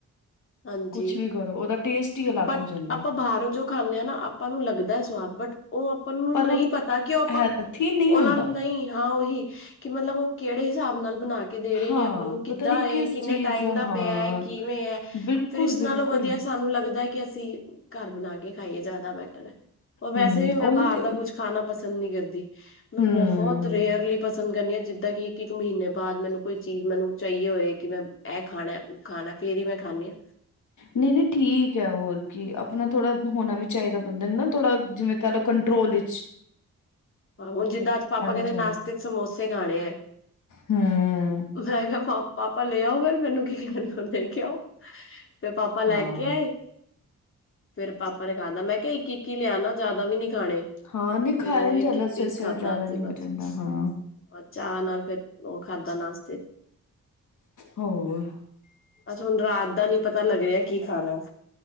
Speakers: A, on the left; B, on the left.
A: ਹਾਂਜੀ,
B: ਕੁਛ ਵੀ ਕਰੋ ਉਹਦਾ ਟੇਸਟ ਹੀ ਅਲੱਗ
A: ਬਟ
B: ਹੋ ਜਾਂਦਾ
A: ਆਪਾਂ
B: ਹੈ
A: ਬਾਹਰੋਂ ਜੋ ਖਾਂਨੇ ਆ ਨਾ ਆਪਾਂ ਨੂੰ ਲੱਗਦਾ ਸਵਾਦ ਬਟ ਉਹ ਅਪਾਂ ਨੂੰ
B: ਪਰ
A: ਨਹੀਂ
B: ਉਹ
A: ਪਤਾ ਕਿ ਉਹ ਅਪਾਂ
B: ਹੈਲਥੀ ਨਹੀਂ
A: ਉਹਨਾਂ
B: ਹੁੰਦਾ
A: ਨ
B: ਉਹ
A: ਨਹੀਂ ਹਾਂ ਉਹੀ ਕਿ ਮਤਲਬ ਉਹ ਕਿਹੜੇ ਹਿਸਾਬ ਨਾਲ ਬਨਾ ਕੇ ਦੇ ਰਹੇ
B: ਹਾਂ
A: ਨੇ ਆਪਾਂ ਨੂੰ, ਕਿੱਦਾਂ
B: ਪਤਾ ਨੀ
A: ਹੈ
B: ਕਿਸ
A: ਕਿੰਨੇ
B: ਚੀਜ਼
A: ਟਾਈਮ ਦਾ
B: ਹਾਂ
A: ਪਿਆ ਕਿਵੇ ਹੈ
B: ਬਿਲਕੁਲ
A: ਫਿਰ ਇਸ
B: ਬਿਲਕੁਲ
A: ਨਾਲੋਂ ਵਧੀਆ ਸਾਨੂੰ ਲੱਗਦਾ ਕਿ ਅਸੀਂ ਘਰ ਬਨਾ ਕੇ ਖਾਈਏ ਜਿਆਦਾ ਬੇਟ ਤਰ ਹੇ, ਉਹ ਵੈਸੇ
B: ਹਮ
A: ਵੀ ਮੈਂ
B: ਉਹੀ
A: ਬਾਹਰ
B: ਤੇ
A: ਦਾ ਕੁਛ ਖਾਨਾ ਪਸੰਦ ਨਹੀਂ ਕਰਦੀ ਮੈਂ
B: ਹਮ
A: ਬਹੁਤ ਰੇਅਰਲੀ ਪਸੰਦ ਕਰਨੀ ਆ, ਜਿੱਦਾਂ ਕਿ ਇੱਕ ਇੱਕ ਮਹੀਨੇ ਬਾਅਦ ਮੈਨੂੰ ਕੋਈ ਚੀਜ ਮੈਨੂੰ ਚਾਹੀਏ ਹੋਏ ਕਿ ਮੈਂ ਇਹ ਖਾਣਾ ਓਹ ਖਾਣਾ ਫੇਰ ਹੀ ਮੈਂ ਖਾਂਨੀ ਹਾ।
B: ਨਹੀਂ-ਨਹੀਂ ਠੀਕ ਹੈ ਹੋਰ ਕਿ ਅਪਣਾ ਥੋੜਾ ਹੋਨਾ ਵੀ ਚਾਹੀਦਾ ਬੰਦੇ ਨੂੰ ਨਾ, ਥੋੜਾ ਜਿਵੇਂ ਕਿਹਲੋ ਕੰਟਰੋਲ ਇਚ
A: ਹਾ ਹੁਣ ਜਿੱਦਾਂ ਅੱਜ ਪਾਪਾ ਕਹਿੰਦੇ
B: ਚਾਹੀਦਾ
A: ਨਾਸ਼ਤੇ ਚ ਸਮੋਸੇ ਖਾਣੇ ਹੈ।
B: ਹਮ
A: ਮੈਂ ਕਿਹਾ ਪਾ ਪਾਪਾ ਲੇ ਆਓ ਫੇਰ ਮੈਨੂੰ ਕੀ ਕਹ ਰਏ ਹੋ। ਲੈ ਕੇ ਆਓ ਫੇਰ ਪਾਪਾ ਲੈ
B: ਹਾਂ
A: ਕੇ ਆਏ। ਫੇਰ ਪਾਪਾ ਨੇ ਖਾਦਾ ਮੈਂ ਕਿਹਾ ਇੱਕ-ਇੱਕ ਹੀ ਲਿਆਣਾ ਜਿਆਦਾ ਵੀ ਨੀ ਖਾਣੇ
B: ਹਾਂ ਨਹੀਂ ਖਾਇਆ
A: ਫੇਰ ਉਹ
B: ਨੀ
A: ਇਕ
B: ਜਾਂਦਾ
A: ਇਕ
B: ਸਵੇਰੇ
A: ਪੀਸ
B: ਸਵੇਰੇ
A: ਖਾਦਾ
B: ਜ਼ਿਆਦਾ
A: ਅਸੀਂ
B: ਨੀ
A: ਬਸ
B: ਹੋ ਜਾਂਦਾ ਹਾਂ
A: ਔਰ ਚਾਹ ਨਾਲ ਫੇਰ ਉਹ ਖਾਦਾ ਨਾਸਤੇ ਚ।
B: ਹੋਰ
A: ਅੱਛਾ ਹੁਨ ਰਾਤ ਦਾ ਨੀ ਪਤਾ ਲੱਗ ਰਿਹਾ ਕੀ ਖਾਨਾ।